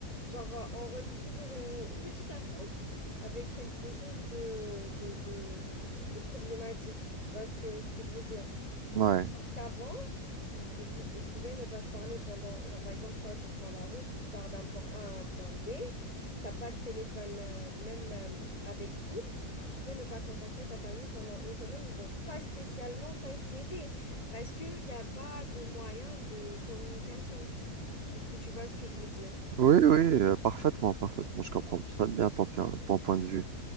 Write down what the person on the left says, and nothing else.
Genre, euh, on relie toujours une petite absence avec quelque chose de, de, de, de problématique. Tu vois ce que, ce que je veux dire?
Or qu'avant, ils peuvent, ils pouvaient ne pas se parler pendant... Genre, par exemple, toi, tu prends la route, tu pars d'un point A à un point B, t'as pas de téléphone, euh, même euh, avec fil, tu peux ne pas contacter ta famille pendant une semaine. Ils vont pas spécialement s'inquiéter parce qu'il n'y a pas de moyen de communication. Est-ce que tu vois ce que je veux dire?